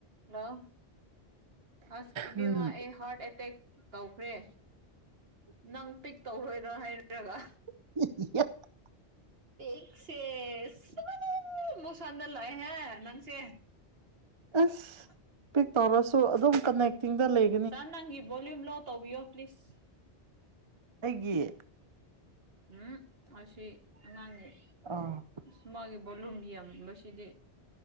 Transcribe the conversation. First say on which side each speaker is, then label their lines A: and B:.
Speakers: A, on the right; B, on the right.
A: hello ꯑꯁ ꯏꯕ‌ꯦꯝꯃ
B: ꯎꯝ
A: ꯑꯩ ꯍꯥꯔꯠ ꯑꯦꯇ‌ꯦꯛ ꯇꯧꯈ꯭ꯔꯦ ꯅꯪ ꯄꯤꯛ ꯇꯧꯔꯣꯏꯔꯣ ꯍꯥꯏꯔꯔꯒ
B: <unintelligible>
A: ꯇꯦꯛꯁꯦ ꯁꯤ ꯃꯣꯁꯥꯥꯟꯗ ꯂꯩꯥ ꯍꯦ ꯅꯪꯁꯦ
B: ꯑꯁ
A: <unintelligible>
B: ꯇꯧꯔꯁꯨ ꯑꯗꯨꯝ ꯀꯅꯦꯛꯇꯤꯡꯗ ꯂꯩ
A: ꯆꯔ ꯅꯪꯒꯤ ꯕꯣꯂ꯭ꯌꯨꯝ ꯂꯣ ꯇꯧꯕꯤꯌꯣ ꯄ꯭ꯂꯤꯁ
B: ꯑꯩꯒꯤ
A: ꯎꯝ ꯑꯁꯤ ꯑꯉꯥꯡꯅꯤ
B: ꯑꯥ
A: ꯑꯁ ꯃꯥꯒꯤ ꯕꯣꯂꯨꯝ ꯌꯥꯝꯕꯁꯤꯗꯤ